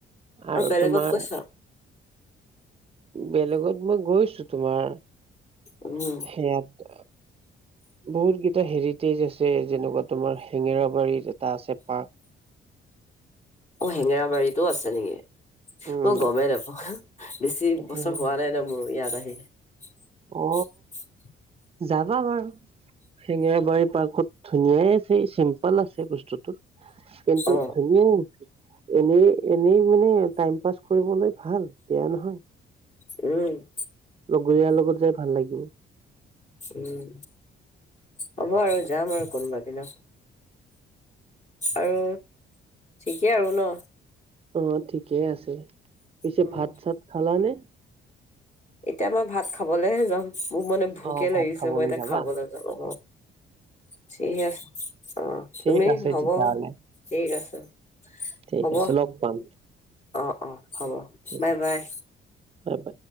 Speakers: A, on the right (about 30°); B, on the left (about 35°).
A: আৰু
B: বেলেগত
A: তোমাৰ
B: গৈছা
A: বেলেগত মই গৈছো। তোমাৰ
B: উম
A: সেয়াত বহুত কেইটা হেৰিটেজ আছে যেনেকুৱা তোমাৰ হেঙেৰাবাৰীত এটা আছে পাৰ্ক
B: অ হেঙেৰাবাৰীতো আছে নিকি
A: উম
B: মই গমেই নাপাওঁ বেছি
A: সেই-
B: বছৰ হোৱা নাই ন মোৰ ইয়াত আহি <unintelligible>
A: অ যাবা বাৰু শেঙেৰাবাৰী পাৰ্কত ধুনীয়াই আছে চিম্পল আছে বস্তুতটো কিন্তু
B: অ
A: ধুনীয়া এনে এনেই মানে টাইম পাছ কৰিবলে ভাল বেয়া নহয়
B: উম
A: লগৰীয়াৰ লগত যাই ভাল লাগিব
B: উম হ'ব আৰু যাম আৰু কোনোবা দিনা আৰু ঠিকেই আৰু ন
A: অ ঠিকে আছে পিছে
B: উম,
A: ভাত চাত খালা নে
B: এতিয়া মই ভাত খাবলেহে যাম মোক মানে ভোকে
A: অ ভাত
B: লাগিছে
A: খাবলৈ
B: মই এতিয়া
A: যাবা
B: খাবলে যাওঁ অ ঠিক আছে অ
A: ঠিক
B: তুমি
A: আছে
B: হ'ব
A: তেতিয়াহ'লে
B: ঠিক আছে
A: ঠিক
B: হ'ব
A: আছে লগ পাম
B: অ অ হ'ব
A: ঠিক
B: বাই বাই
A: বাই বাই